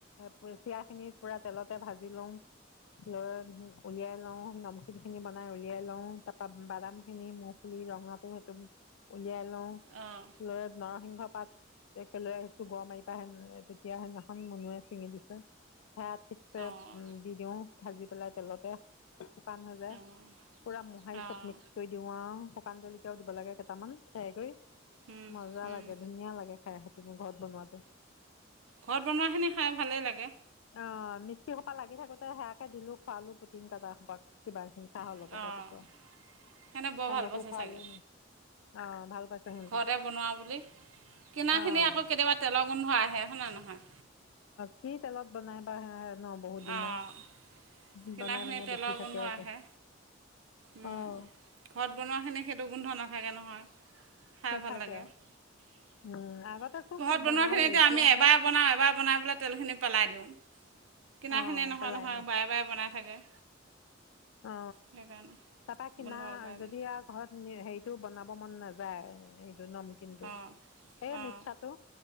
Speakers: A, on the left; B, on the right.
A: পুই পিয়া খিনি পুৰা তেলতে ভাজি লও লৈ উলিয়াই লওঁ ন তিল খিনি বনাই উলিয়াই লওঁ তাৰ পৰা বাদাম খিনি মুফলি ৰঙা টো সেইটো উলিয়াই ল
B: অঁ
A: লও লয় ন ৰসিংহ পাত একে লৈ আহিছোঁ গ় মাৰি পাই সে তেতিয়া সেইদিনাখন মুনুুৱে ছিঙি দিছে হেয়া ঠিকছে
B: অঁ
A: দি দিওঁ ভাজি পেলাই তেলতে শুকান হৈ যায়
B: অঁ
A: পুৰা মোহাৰি
B: অঁ
A: চব মিক্স কৰি দিও আৰু। পান জলকীয়াও দিব লাগে কেইটামান ফাই কৰি
B: উম,
A: মজা
B: উম।
A: লাগে ধুনীয়া লাগে। সে স তুমি ঘৰত বনোৱাাতটো।
B: ঘৰত বনোৱাখিনি খাই ভালেই লাগে।
A: অ মিস্ত্ৰী সোপা লাগি থাকোতে সেয়াকে দিলো খোৱালো প্ৰটিন কাজটা খোপা কিবা খিনি। চাহৰ
B: অঁ
A: লগত ৰাতিপুৱা
B: সেইকাৰণে বৰ
A: সান্দকো
B: ভাল পাইছে
A: খোৱালো
B: চাগে
A: নি অ ভাল। পাইছে সিহঁতি
B: ঘৰতে বনোৱা বুলি কিনাখিনি
A: অঁ
B: আকৌ কেতিয়াবা তেলৰ গোন্ধ আহে হয়নে নহয়?
A: কি তেলত বনাই বা হ ন বহুত দিনৰ।
B: অঁ কিনাখিনি
A: বনাই বনাই
B: তেলৰ
A: বেছি
B: গোন্ধ
A: থাকে
B: আহে ঘৰত
A: অঁ
B: বনোৱাখিনি সেইটো গোন্ধ নাথাকে নহয়। খাই
A: নাথাকে
B: ভাল লাগে
A: আৰু
B: ঘোহৰত
A: উম আগতে চোন খুব
B: বনোৱাখিনি
A: বনাওৱে
B: এতিয়া
A: এতিয়াহে
B: আমি এবাৰ বনাওঁ এবাৰ। বনাই পেলাই তেলখিনি পেলাই দিওঁ কিনাখিনি
A: অঁ
B: নহয়
A: পেলাই
B: নহয় বাৰে বাৰে বনাই থাকে।
A: অ
B: সেইকাৰণে
A: তাৰাপা কিনা
B: গোন্ধ ওলাই
A: যদি
B: যে
A: আৰু ঘৰত। হেৰিতটো বনাব মন নাযায়। ম কিন্তু
B: অঁ
A: এই
B: অঁ
A: মিক্সাটো